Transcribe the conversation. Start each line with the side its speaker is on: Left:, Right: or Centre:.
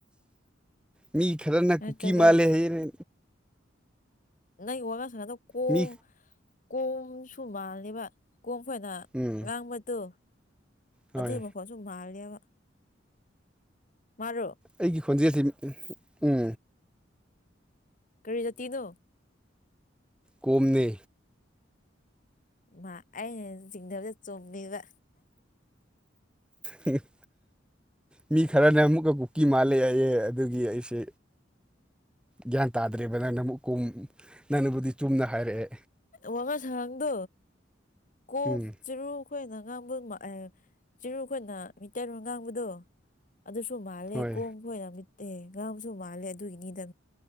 Centre: ꯃꯤ ꯈꯔꯅ
Left: ꯅꯠꯇ꯭ꯔꯒ
Centre: ꯀꯨꯀꯤ ꯃꯥꯜꯂꯦ ꯍꯥꯏꯌꯦꯅꯦ
Left: ꯅꯪ ꯋꯥꯉꯥꯡ ꯁꯉꯥꯡ ꯀꯣꯝ
Centre: ꯃꯤ
Left: ꯀꯣꯝꯁꯨ ꯃꯥꯜꯂꯦꯕ ꯀꯣꯝ ꯈꯣꯏꯅ
Centre: ꯎꯝ
Left: ꯉꯥꯡꯕꯗꯨ
Centre: ꯍꯣꯏ
Left: ꯑꯗꯨꯏ ꯀꯣꯝꯁꯨ ꯃꯥꯂꯦꯕ ꯃꯥꯔꯣ
Centre: ꯑꯩꯒꯤ ꯈꯣꯟꯖꯦꯜꯁꯤ ꯎꯝ
Left: ꯀꯔꯤ ꯖꯥꯇꯤꯅꯣ
Centre: ꯀꯣꯝꯅꯦ
Left: ꯃꯥ ꯑꯩꯅ ꯆꯤꯡꯅꯕꯗꯣ ꯆꯨꯝꯃꯦꯕ
Centre: ꯍꯝ <inaudible> ꯃꯤ ꯈꯔꯅ ꯑꯃꯨꯛꯀ ꯀꯨꯀꯤ ꯃꯥꯜꯂꯦ ꯍꯥꯏꯌꯦ ꯑꯗꯨꯒꯤ ꯑꯩꯁꯦ ꯒ꯭ꯌꯥꯟ ꯇꯥꯗ꯭ꯔꯦꯕ ꯅꯪꯅ ꯑꯃꯨꯛ ꯀꯣꯝ ꯅꯪꯅꯕꯨꯗꯤ ꯆꯨꯝꯅ ꯍꯥꯏꯔꯛꯑꯦ
Left: ꯋꯥꯉꯥꯡ ꯁꯥꯉꯥꯡꯗꯣ ꯀꯣꯝ
Centre: ꯎꯝ
Left: ꯆꯤꯔꯨ ꯑꯩꯈꯣꯏꯅ ꯉꯥꯡꯕ ꯆꯤꯔꯨꯈꯣꯏꯅ ꯃꯤꯇꯩꯔꯣꯜ ꯉꯥꯡꯕꯗꯣ ꯑꯗꯨꯁꯨ ꯃꯥꯜꯂꯦ
Centre: ꯍꯣꯏ
Left: ꯀꯣꯝ ꯑꯩꯈꯣꯏꯅ ꯃꯤꯇꯩ ꯉꯥꯡꯕꯁꯨ ꯃꯥꯜꯂꯦ ꯑꯗꯨꯒꯤꯅꯤꯗ